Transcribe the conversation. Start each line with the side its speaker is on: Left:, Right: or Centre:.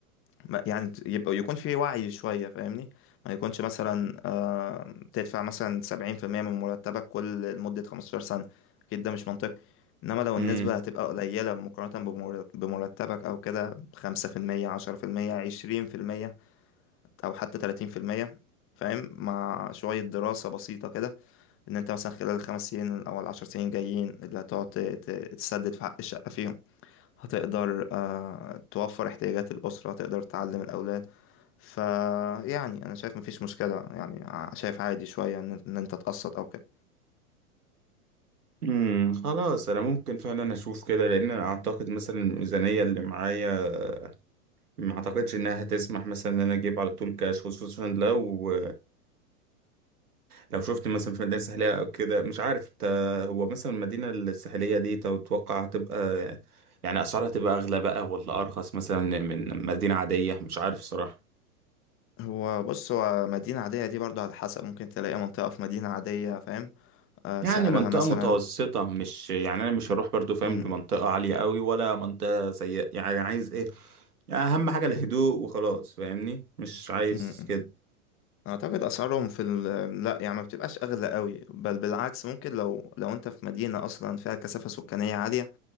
Left: ما يعني يبقى يكون في وعي شوية فاهمني ما يكونش مثلا آه تدفع مثلا سبعين في المية من مرتبك كل لمدة خمستاشر سنة أكيد ده مش منطقي إنما لو
Right: امم
Left: النسبة هتبقى قليلة مقارنة بمر- بمرتبك أو كده خمسة في المية عشرة في المية عشرين في المية أو حتى تلاتين في المية فاهم مع شوية دراسة بسيطة كده ان انت مثلا خلال الخمس سنين او العشر سنين جايين اللي هتقعد ت- ت- تسدد في حق الشقة فيهم هتقدر آه، توفر احتياجات الأسرة هتقدر تعلم الأولاد فيعني أنا شايف مفيش مشكلة يعني ع- شايف عادي شوية إن إن أنت تقسط أو كده
Right: امم خلاص انا ممكن فعلا اشوف كده لان أنا اعتقد مثلا الميزانية اللي معايا ما اعتقدش انها هتسمح مثلا ان انا اجيب على طول كاش خصوصا لو لو شفت مثلا في مدينة ساحلية او كده مش عارف انت هو مثلا المدينة الساحلية دي تتوقع هتبقى يعني اسعارها تبقى اغلى بقى ولا ارخص مثلا من مدينة عادية مش عارف صراحة
Left: هو بص هو مدينة عادية دي برضو على حسب ممكن تلاقي منطقة في مدينة عادية فاهم آه،
Right: يعني
Left: سعرها
Right: منطقة
Left: مثلا
Right: متوسطة مش يعني أنا مش هروح برضو فاهم
Left: مم،
Right: لمنطقة عالية قوي ولا منطقة سيئة يعني عايز إيه يعني أهم حاجة الهدوء وخلاص فاهمني مش عايز
Left: مم، مم.
Right: كده
Left: أعتقد أسعارهم في ال... لا يعني ما بتبقاش أغلى قوي بل بالعكس ممكن لو لو أنت في مدينة أصلا فيها كثافة سكانية عالية